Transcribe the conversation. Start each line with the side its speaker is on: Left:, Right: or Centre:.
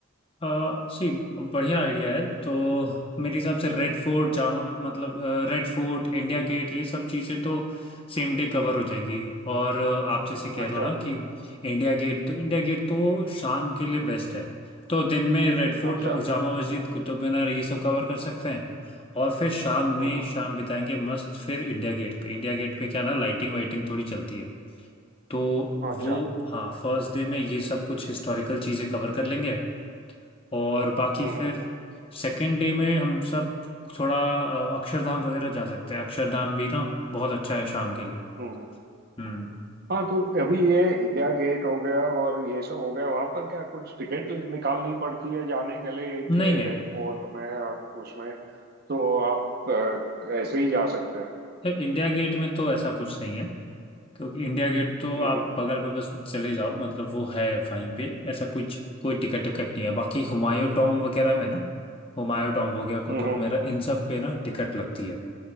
Left: आ, सी बढ़िया आइडिया है तो मेरे हिसाब से रेड फोर्ट जामा मतलब रेड फोर्ट इंडिया गेट ये सब चीज़ें तो सेम डे कवर हो जाएंगी और अ, आप जैसे कह
Right: अच्छा
Left: रहे हो ना कि इंडिया गेट तो इंडिया गेट तो शाम के लिए बेस्ट है तो दिन में रेड फोर्ट
Right: अच्छा
Left: जामा मस्जिद कुतुब मीनार ये सब कवर कर सकते हैं और फिर शाम
Right: हम्म
Left: में
Right: हम्म
Left: शाम बिताएंगे मस्त फिर इंडिया गेट पे इंडिया गेट पे क्या ना लाइटिंग वाइटिंग थोड़ी चलती है तो
Right: अच्छा
Left: वो हाँ फर्स्ट डे में ये सब कुछ हिस्टोरिकल चीज़ें कवर कर लेंगे और बाकी
Right: हम्म
Left: फिर
Right: हम्म
Left: सेकेंड डे में हम सब थोड़ा अ, अक्षरधाम वगैरह जा सकते हैं अक्षरधाम भी ना बहुत अच्छा है शाम के लिए
Right: हम्म
Left: हम्म
Right: हाँ तो अभी ये इंडिया गेट हो गया और ये सब हो गया वहां पर क्या कुछ टिकट निकालनी पड़ती है जाने के लिए
Left: नहीं
Right: ये
Left: नहीं
Right: रेड फोर्ट में और उसमें तो आप अ, ऐसे ही जा सकते हो
Left: इंडिया गेट में तो ऐसा कुछ नहीं है क्योंकि इंडिया गेट तो
Right: हम्म
Left: आप
Right: हम्म
Left: बगल में बस चले जाओ मतलब वो है वहीं पे ऐसा कुछ कोई टिकट विकट नहीं है बाकी हुमायूं टॉम वगैरह में ना हुमायूं टॉम हो गया
Right: हम्म
Left: कुतुब मेरा इन सब पे ना टिकट लगती है